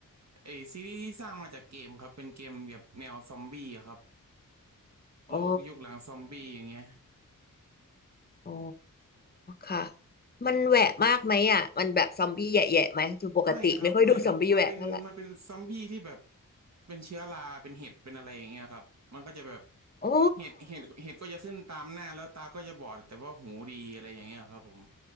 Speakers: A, on the right (about 50°); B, on the left (about 30°).
A: เออซีรีส์ที่สร้างมาจากเกมครับเป็นเกมแบบแนวซอมบี้อะครับโลกยุคหลังซอมบี้อย่างเงี้ย
B: อ๋อ อ๋อ ค่ะ มันแหวะมากไหมอ่ะมันแบบซอมบี้แยะๆไหมคือปกติไม่ค่อยดูซอมบี้แหวะเท่าไหร่
A: ไม่ครับไม่ครับมันเป็นมันเป็นซอมบี้ที่แบบเป็นเชื้อราเป็นเห็ดเป็นอะไรอย่างเงี้ยครับมันก็จะแบบ
B: อ๋อ
A: เห็ดเห็ดเห็ดก็จะขึ้นตามหน้าแล้วตาก็จะบอดแต่ว่าหูดีอะไรอย่างเงี้ยครับผม